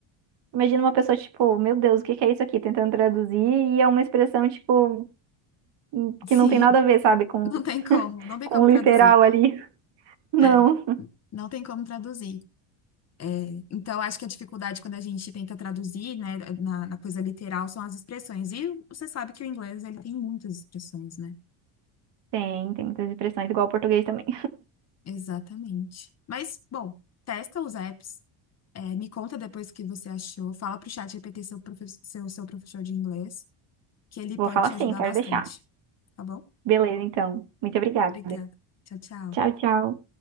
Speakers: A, on the right; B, on the left.
A: Imagina uma pessoa, tipo, meu Deus, o que que é isso aqui? Tentando traduzir, e é uma expressão, tipo, hum,
B: Sim,
A: que não tem nada
B: <laughs>
A: a ver, sabe, com,
B: não tem como, não tem
A: com
B: como
A: o
B: traduzir.
A: literal ali. <laughs> Não.
B: É, não tem como traduzir. É, então, acho que a dificuldade quando a gente tenta traduzir, né, na, na coisa literal são as expressões. E você sabe que o inglês, ele tem muitas expressões, né?
A: Tem, tem muitas expressões, igual o português também.
B: Exatamente. Mas, bom, testa os apps, é, me conta depois o que você achou, fala pro chat GPT seu, profe- seu, seu professor de inglês, que ele
A: Vou
B: pode
A: falar
B: te
A: sim,
B: ajudar
A: pode
B: bastante,
A: deixar.
B: tá bom?
A: Beleza, então. Muito obrigada.
B: Obrigada. Tchau, tchau.
A: Tchau, tchau.